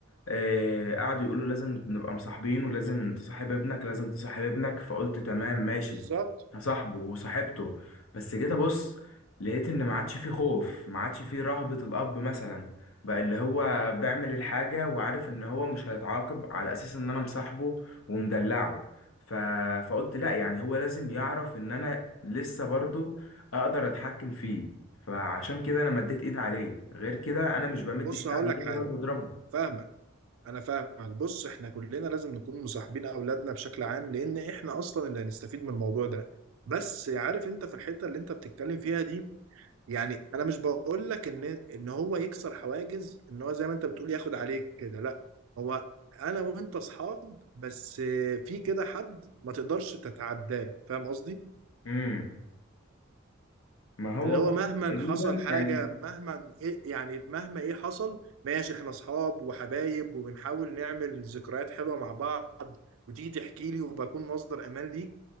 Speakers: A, on the left; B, on the right.
A: آه، قعدوا يقولوا لازم نبقى مصاحبين ولازم تصاحب ابنك لازم تصاحب ابنك فقلت تمام ماشي
B: بالظبط
A: هصاحبه وصاحبته بس جيت ابص لقيت ان ما عادش فيه خوف ما عادش فيه رهبة الاب مثلا بقى اللي هو بيعمل الحاجة وعارف ان هو مش هيتعاقب على اساس ان انا مصاحبه ومدلعه ف... فقلت لا يعني هو لازم يعرف ان انا لسه برضو اقدر اتحكم فيه فعشان كده انا مديت ايد عليه غير كده انا مش بمد
B: بص
A: ايد
B: هقول
A: عليه
B: لك حاجة
A: ولا بضربه
B: فاهمك انا فاهمك بص احنا كلنا لازم نكون مصاحبين اولادنا بشكل عام لان احنا اصلا اللي هنستفيد من الموضوع ده بس عارف انت في الحتة اللي انت بتتكلم فيها دي يعني انا مش بقول لك ان ان هو يكسر حواجز ان هو زي ما انت بتقول ياخد عليك كده لا هو انا وانت اصحاب بس في كده حد ما تقدرش تتعداه فاهم قصدي
A: امم ما هو
B: اللي هو
A: ده
B: مهما
A: تقريبا
B: حصل حاجة
A: يعني
B: مهما إيه يعني مهما ايه حصل ماشي احنا اصحاب وحبايب وبنحاول نعمل ذكريات حلوة مع بعض وتيجي تحكي لي وبكون مصدر امان ليك